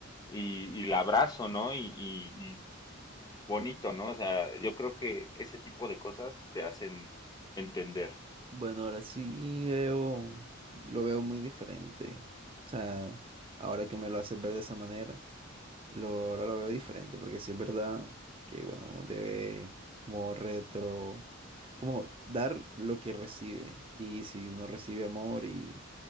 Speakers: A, on the left; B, on the right.
A: y, y la abrazo, ¿no? Y, y, y bonito, ¿no? O sea, yo creo que ese tipo de cosas te hacen entender
B: Bueno, ahora sí veo, lo veo muy diferente. O sea, ahora que me lo haces ver de esa manera. Lo, ahora lo veo diferente, porque sí es verdad que, bueno, uno debe como retro, como dar lo que recibe. Y si uno recibe amor y